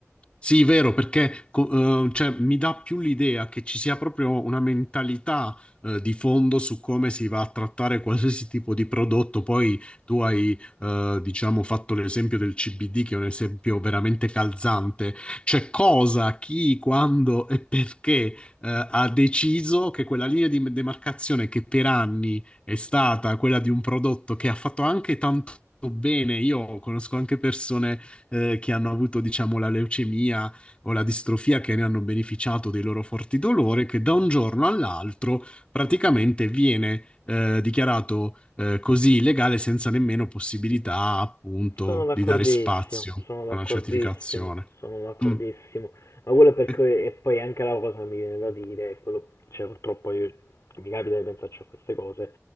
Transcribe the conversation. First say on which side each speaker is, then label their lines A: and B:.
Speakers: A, on the left; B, on the left.
A: Sì, vero, perché co- eh, cioè, mi dà più l'idea che ci sia proprio una mentalità eh, di fondo su come si va a trattare qualsiasi tipo di prodotto. Poi tu hai, eh, diciamo, fatto l'esempio del CBD, che è un esempio veramente calzante. Cioè, cosa, chi, quando e perché eh, ha deciso che quella linea di demarcazione che per anni è stata quella di un prodotto che ha fatto anche tanto bene. Io conosco anche persone eh, che hanno avuto, diciamo, la leucemia o la distrofia, che ne hanno beneficiato dei loro forti dolori, che da un giorno all'altro praticamente viene eh, dichiarato eh, così illegale senza nemmeno possibilità, appunto,
B: Sono d'accordissimo,
A: di dare spazio
B: sono d'accordissimo,
A: a una certificazione.
B: sono d'accordissimo.
A: Mm.
B: Ma quello è perché,
A: Eh,
B: e poi anche la cosa che mi viene da dire, è quello, cioè purtroppo io, mi capita di pensarci a queste cose,